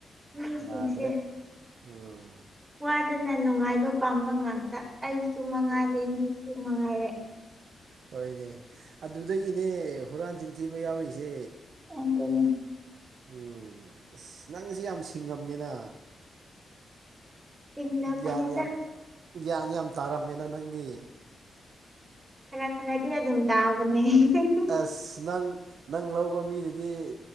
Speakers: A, on the right; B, on the right.
A: ꯃꯤꯁꯤꯡꯁꯦ
B: ꯌꯥꯗ꯭ꯔꯦ ꯎꯝ꯫
A: ꯋꯥꯗꯅ ꯅꯨꯡꯉꯥꯏꯕ ꯄꯥꯝꯕ ꯉꯥꯛꯇ ꯑꯩꯁꯨ ꯃꯉꯥꯏꯔꯦ ꯃꯤꯁꯨ ꯃꯉꯥꯏꯔꯦ
B: ꯍꯣꯏꯅꯦ ꯑꯗꯨꯗꯒꯤꯅꯦ ꯍꯨꯔꯥꯟ ꯆꯤꯟꯊꯤꯕ ꯌꯥꯎꯔꯤꯖꯦ꯫
A: <unintelligible>
B: ꯎꯝ ꯑꯁ ꯅꯪꯁ ꯌꯥꯝ ꯁꯤꯡꯉꯝꯃꯤꯅ
A: ꯆꯤꯡꯗꯕꯅꯤꯗ
B: ꯒ꯭ꯌꯥꯟ ꯌꯥꯝ ꯒ꯭ꯌꯥꯟ ꯌꯥꯝ ꯇꯥꯔꯝꯃꯦꯅ ꯅꯪꯗꯤ
A: ꯈꯔ ꯈꯔꯗꯤ ꯑꯗꯨꯝ ꯇꯥꯕꯅꯦꯍꯦ <unintelligible>
B: ꯑꯁ ꯅꯪ ꯅꯪ ꯂꯧꯕ ꯃꯤꯗꯨꯗꯤ